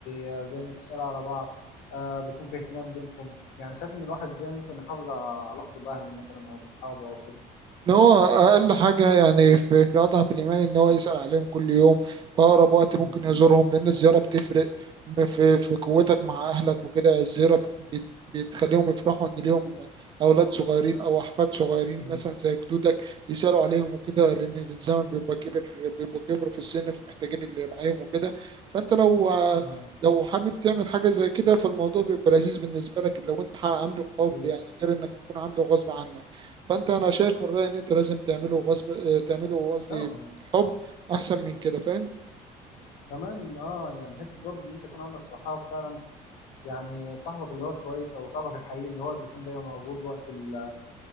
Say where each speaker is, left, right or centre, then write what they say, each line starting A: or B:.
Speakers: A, on the left; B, on the right.
A: آه، زي ان انتوا تسالوا على بعض آه بيكون في اهتمام بينكم يعني شايف ان الواحد ازاي ممكن يحافظ على علاقته باهله مثلا او باصحابه او كده
B: ان هو اقل حاجه يعني في في اضعف الايمان ان هو يسال عليهم كل يوم في اقرب وقت ممكن
A: امم
B: يزورهم لان الزياره بتفرق في في قوتك مع اهلك وكده الزياره بت- بت- بتخليهم يفرحوا ان ليهم اولاد صغيرين او احفاد صغيرين
A: امم
B: مثلا زي جدودك يسالوا عليهم وكده لان الزمن بيبقى كبر بيبقى كبر في السن فمحتاجين اللي يرعاهم وكده فانت لو
A: اه
B: لو حابب تعمل حاجه زي كده فالموضوع بيبقى لذيذ بالنسبه لك لو انت عامله حب
A: ايه
B: يعني غير انك تكون عامله غصب عنك فانت انا شايف من رايي ان انت لازم تعمله غصب آه، تعمله قصدي
A: فعلا
B: حب احسن من كده فاهم
A: كمان اه يعني حته برضه ان انت يكون عندك صحاب فعلا يعني صاحبك اللي هو الكويس او صاحبك الحقيقي اللي هو اللي بيكون دايما موجود وقت ال